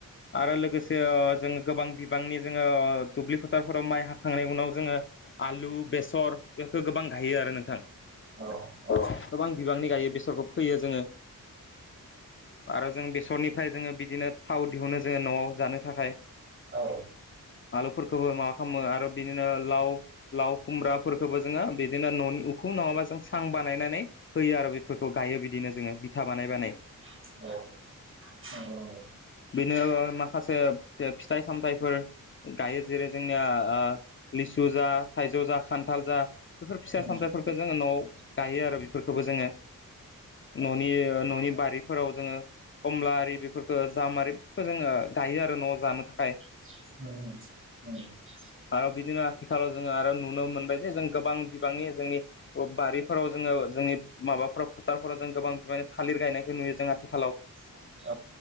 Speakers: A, on the left; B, on the right.
A: आरो लोगोसे अ जोङो गोबां बिबांनि जोङो ओ दुब्लि फोथारफोराव माइ हाखांनायनि उनाव जोङो। आलु, बेसर बेफोरखौ गोबां गायो आरो नोंथां।
B: औ।
A: गोबां बिबांनि गायो बेसरखौ फोयो जोङो। आरो जों बेसरनिफ्राय जोङो बिदिनो थाव दिहुनो जोङो न'आव जानो थाखाय।
B: औ।
A: आलुफोरखौबो माबा खालामो आरो बिदिनो लाव-लाव, खुमब्राफोरखौबो जोङो बिदिनो न'नि उखु। खुम नङाबा जों सां बानायनानै होयो आरो बेफोरखौ गायो बिदिनो जोङो बिथा बानाय-बानाय।
B: <inaudible> औ।
A: बेनो माखासे फिथाइ सामथायाइफोर गायो जेरै जोंनिया लिसु जा थाइजौ जा खान्थाल जा बेफोर फिसा
B: दा
A: सामथथायफोरखौ जोङो न'आव गायो आरो बेफोरखौबो जोङो न'नि न'नि बारिफोराव जोङो कमला आरि बेफोरखौ जाम आरिखौ जोङो गायो आरो न'आव जानो थाखाय
B: <unintelligible> <inaudible>
A: ओ बिदिनो आथिखालाव जोङो आरो नुनो मोनबाय जे जों गोबां बिबांनि जोंनि ओ बारि फोराव जोङो जोंनि माबाफोराव फोथारफोराव जों गोबां बिमानानि थालिर गायनायखौ नुयो जों आथिखालाव
B: <inaudible> <unintelligible>